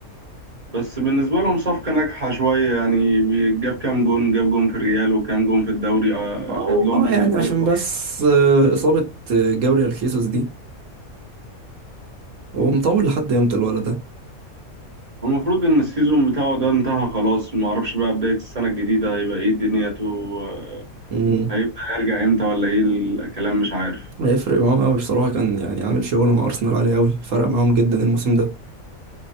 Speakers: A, on the right (about 30°); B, on the right (about 65°).
A: بس بالنسبة لهم صفقة ناجحة شوية يعني بي- جاب كام جون جاب جون في الريال وكام جون في الدوري آه،
B: اه
A: خد لهم
B: آه،
A: بيه
B: يعني
A: من فريق
B: عشان
A: واحد.
B: بس آه، إصابة آه، جابريال خيسوس دي هو مطول لحد امتى الولد ده
A: المفروض إن السيزون بتاعه ده انتهى خلاص ما أعرفش بقى بداية السنة الجديدة هيبقى إيه دنيته آه،
B: مم.
A: هيبدأ يرجع إمتى ولا إيه الكلام مش عارف
B: هيفرق معاهم قوي بصراحة كان يعني عامل شغل مع أرسنال عالي قوي فرق معاهم جدا الموسم ده